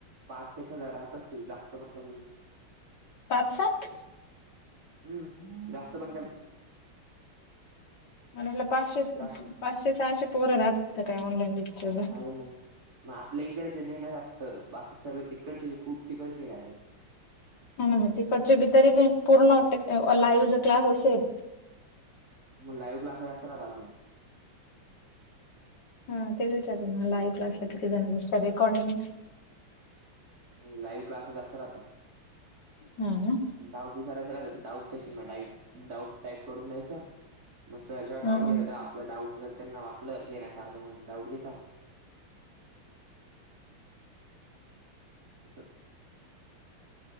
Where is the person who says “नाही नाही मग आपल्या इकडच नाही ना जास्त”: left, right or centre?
Right